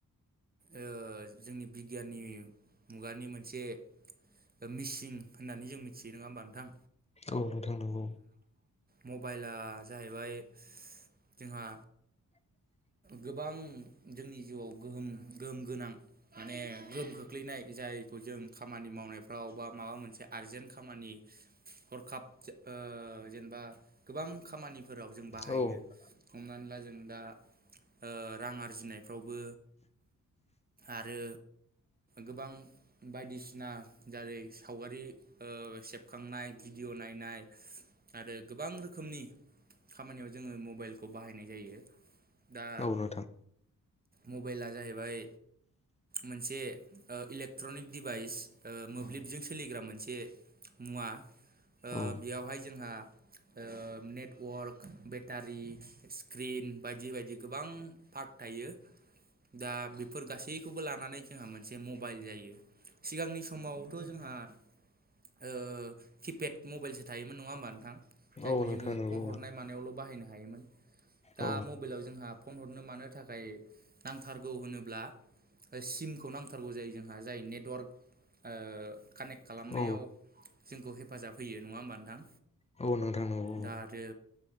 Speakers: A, on the right (about 25°); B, on the left (about 20°).
A: ओ-जोंनि बिगियाननि मुगानि मोनसे। दा मिसिं होननानै जों मिथियो नङा होमबा नोंथां।
B: औ नोंथां नोंगौ।
A: मबाइलआ जाहैबाय जोंहा।
B: <inaudible>
A: गोबां जोंनि जिउआव गोहोम गोहोम गोनां माने गोहोम खोख्लैनाय जाय। जों खामानि मावनायफ्राव बा माबा मोनसे आरजेन्ट खामानि हरखाब। ओ-जेनेबा गोबां खामानिफोराव जों बाहायो
B: औ
A: हमनानै ला जों दा ओ-रां आरजिनायफ्रावबो आरो गोबां बायदिसिना जारै सावगारि ओ-सेबखांनाय भिडिअ नाय नाय आरो गोबां रोखोमनि खामानियाव जोङो मबाइलखौ बाहायनाय जायो दा
B: नोंथां
A: मबाइला जाहैबाय। मोनसे ओ-इलेक्ट्रनिक डिभाइस ओ-मोब्लिबजों सोलिग्रा मोनसे मुवा ओ-बेयावहाय
B: औ
A: जोंहा। ओ नेटवार्क बेटारि स्क्रिन बायदि बायदि गोबां पार्क। थायो दा बेफोर गासैखौबो लानानै जोंहा मोनसे मबाइल जायो। सिगांनि समावथ जोंहा ओ किपेड। मबाइलसो थायोमोन नङा होमबा नोंथां जायखौ
B: औ नोंथां
A: जोङो
B: नंगौ
A: फन हरनाय मानायावल बाहायनो हायोमोन। दा
B: औ
A: मबेलाव जोंहा फन हरनो मानो थाखाय नांथारगौ होनोब्ला। सिमखौ नांथारगौ जायो जोंहा जाय नेटवार्क। ओ-कानेक्ट खालामनायाव
B: औ
A: जोंखौ हेफाजाब होयो नङा होमबा नोंथां।
B: औ नोंथां नंगौ
A: दा आरो